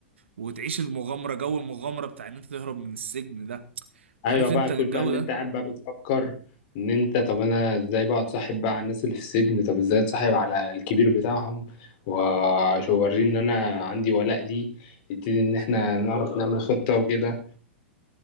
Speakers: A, on the right (about 75°); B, on the left (about 50°).
A: وتعيش المغامره جو المغامره بتاع ان انت تهرب من السجن ده
B: ايوه
A: عارف
B: بقى
A: انت
B: كل
A: الجو
B: بقى اللي
A: ده
B: انت قاعد بقى بتفكر ان انت طب انا ازاي بقى اتصاحب بقى على الناس اللي في السجن طب ازاي اتصاحب على الكبير بتاعهم واوريه ان انا عندي ولاء ليه يبتدي ان احنا نعرف نعمل خطة وكده